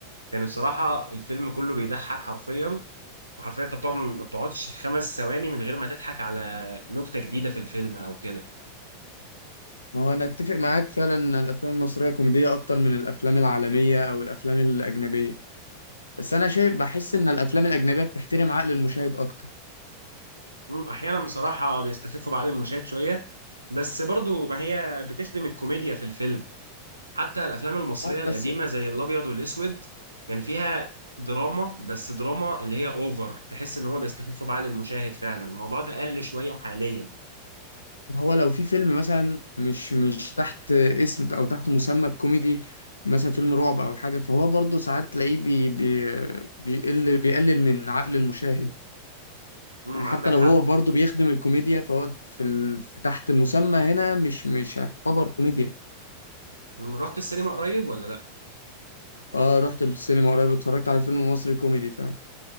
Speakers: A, on the right (about 85°); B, on the left (about 80°).
A: كان الصراحة الفيلم كله بيضحك حرفيا وحرفيا انت بتقعد ما بتقعدش خمس ثواني من غير ما تضحك على نكتة جديدة في الفيلم او كده
B: ما هو أنا أتفق معاك فعلا إن الأفلام المصرية كوميدية أكتر من الأفلام العالمية أو الأفلام الأجنبية بس أنا شايف بحس إن الأفلام الأجنبية بتحترم عقل المشاهد أكتر
A: مم، احيانا بصراحه بيستخفوا بعض المشاهد شويه بس برضو ما هي بتخدم الكوميديا في الفيلم حتى الافلام المصريه
B: صح
A: القديمه
B: بس
A: زي الابيض والاسود كان فيها دراما بس دراما اللي هي اوفر تحس ان هو بيستخفوا بعض المشاهد فعلا الموضوع ده قل شويه حاليا
B: هو لو في فيلم مثلا مش مش تحت اسم او تحت مسمى الكوميدي مثلا فيلم رعب او حاجه فهو برضه ساعات تلاقيه بي بي بيقل بيقلل من عقل المشاهد
A: امم
B: يعني حتى
A: عندك
B: لو
A: حق
B: هو برضه بيخدم الكوميديا فهو في ال... في تحت المسمى هنا مش مش هيعتبر كوميديا
A: مم، رحت السينما قريب ولا لا
B: اه رحت السينما قريب اتفرجت على فيلم مصري كوميدي فعلا